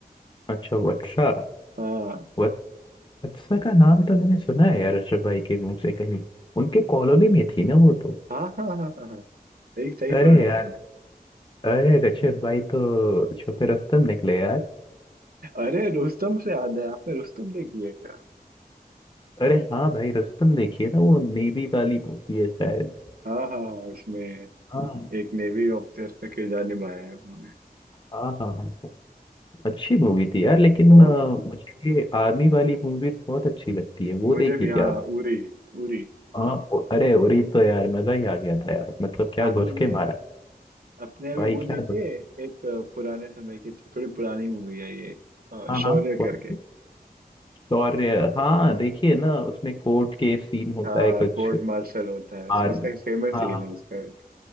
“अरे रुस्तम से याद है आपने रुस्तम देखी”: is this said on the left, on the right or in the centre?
Right